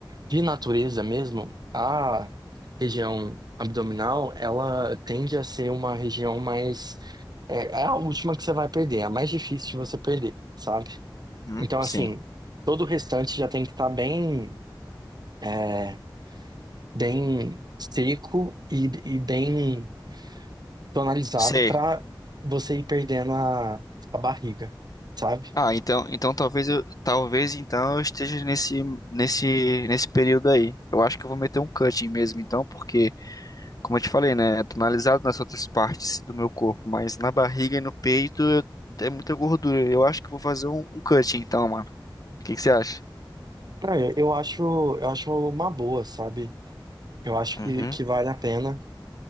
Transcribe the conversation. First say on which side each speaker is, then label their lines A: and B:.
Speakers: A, on the right; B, on the left.
A: de natureza mesmo, a região abdominal, ela tende a ser uma região mais. É, é a última que você vai perder, é a mais difícil de você perder, sabe?
B: Uhum,
A: Então,
B: sim.
A: assim, todo o restante já tem que estar bem, é, bem seco e, e bem tonalizado
B: Sei.
A: para você ir perdendo a, a barriga, sabe?
B: Ah, então, então talvez eu, talvez então eu esteja nesse nesse nesse período aí. Eu acho que eu vou meter um cutting mesmo, então, porque Como eu te falei, né? É tonalizado nas outras partes do meu corpo, mas na barriga e no peito eu- é muita gordura. Eu acho que eu vou fazer um, um cut então, mano. O que que você acha?
A: Ah, Eu eu acho, eu acho uma boa, sabe? Eu acho
B: Uhum.
A: que, que vale a pena.